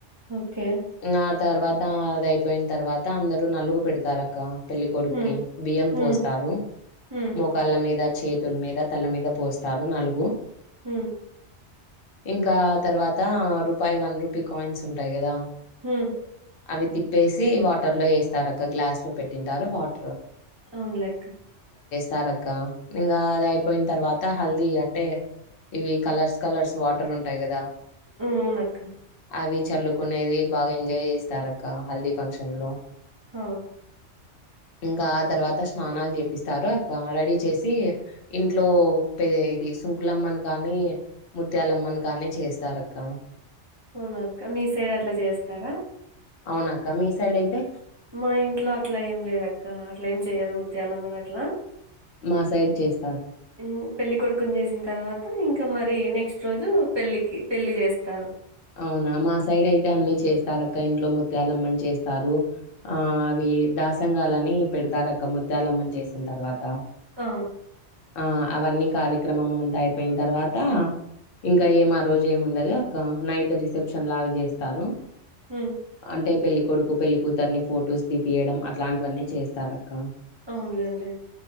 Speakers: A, on the right; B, on the left.
A: ఓకే
B: ఇంగ ఆ తర్వాత అద అయిపోయిన తర్వాత అందరుూ నలుగు పెడతారు అక్క పెళ్లి కొడుక్కి
A: ఉమ్
B: బియ్యం పోస్తారు
A: ఉమ్ ఉమ్
B: మోకాళ్ళ మీద చేతుల మీద తల మీద పోస్తారు నలుగు
A: ఉమ్
B: ఇంకా తర్వాత రూపాయి వన్ రూపీ కాయిన్స్ ఉంటాయి కదా
A: ఉమ్
B: అవి తిప్పేసి వాటర్ లో వేస్తారు అక్క గ్లాస్ లో పెట్టింటారు వాటర్
A: అవునులెక్క
B: తరక్క ఇంకా అది అయిపోయిన తర్వాత హల్దీ అంటే ఇవి కలర్స్ కలర్స్ వాటర్ ఉంటాయి కదా
A: అవునక్క
B: అవి చల్లుకునేది బాగా ఎంజాయ్ చేస్తారు అక్క హల్దీ ఫంక్షన్ లో
A: హ
B: ఇంకా ఆ తర్వా స్నానాలు చేపిస్తారు అక్క రెడీ చేసి ఇంట్లో పె ఇది సుంకులమ్మని కానీ ముత్యాలమ్మని కానీ చేస్తారు అక్క.
A: అవునాక్క మీ సైడ్ అట్లా చేస్తారా.
B: అవునక్క మీ సైడ్ అయితే
A: మా ఇంట్లో అట్లా ఏం లేదు అక్క. అట్లా ఏం చెయ్యరు ముత్యాలమ్మని అట్లా.
B: మా సైడ్ చేస్
A: హ్ పెళ్ళి కొడుకుని చేసిన తర్వా త ఇంకా మరి నెక్స్ట్ రోజు పెళ్లికి పెళ్లి చేస్తారు.
B: అవునా మా సైడ్ అయితే అన్ని చేస్తారు అక్క. ఇంట్లో ముత్యాల అమ్మని చేస్తారు. ఆ అవి దాస్ పుంగాలని పెడతారు అక్క ముత్యాలమ్మని చేసిన తర్వాత.
A: ఆ
B: ఆ అవన్నీ కార్యక్రమం అంతా అయిపోయిన తర్వాత ఇంకా ఏం ఆ రోజు ఏమి ఉండదు. కా నైట్ రిసెప్షన్ లాగా చేస్తారు.
A: ఉమ్,
B: అంటే పెళ్ళి కొడుకు పెళ్ళికూతుర్ని ఫొటోస్ తీపియడం అట్లాంటివన్నీ చేస్తారు అక్క.
A: అవునులేండి.